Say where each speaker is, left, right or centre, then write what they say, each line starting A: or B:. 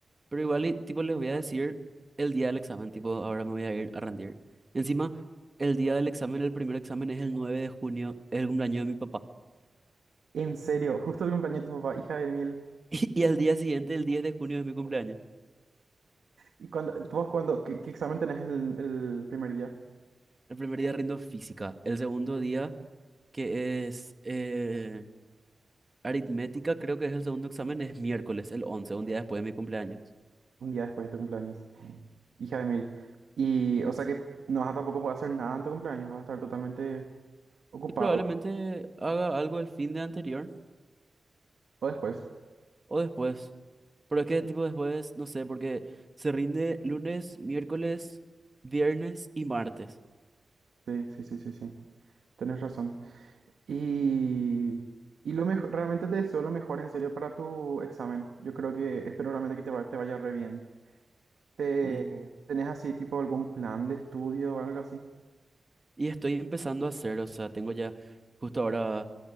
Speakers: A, on the right; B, on the right.
A: Pero igual, y, tipo, les voy a decir el día del examen, tipo, ahora me voy a ir a rendir. Encima, el día del examen, el primer examen es el 9 de junio, es el cumpleaños de mi papá. <laughs>
B: En serio, justo el cumpleaños de tu papá, hija de mil.
A: Y, y al día siguiente, el diez de junio, es mi cumpleaños.
B: ¿Y cuando, vos cuando, qué, qué examen tenés el, el primer día?
A: El primer día rindo física, el segundo día, que es... eh, Aritmética creo que es el segundo examen, es miércoles, el 11 un día después de mi cumpleaños.
B: Un día después de tu cumpleaños. Hija de mil. Y, o sea que no vas a tampoco poder hacer nada en tu cumpleaños, vas a estar totalmente ocupado.
A: Y probablemente haga algo el fin de anterior
B: O después.
A: o después. Pero es que tipo después, no sé, porque se rinde lunes, miércoles, viernes y martes.
B: Sí, sí, sí, sí, sí. Tienes razón. Y, y lo mejor, realmente te deseo lo mejor en serio para tu examen. Yo creo que, espero realmente que te, va- te vaya re bien. ¿Te,
A: Sí.
B: tenés así, tipo, algún plan de estudio o algo así?
A: Y estoy empezando a hacer, o sea, tengo ya, justo ahora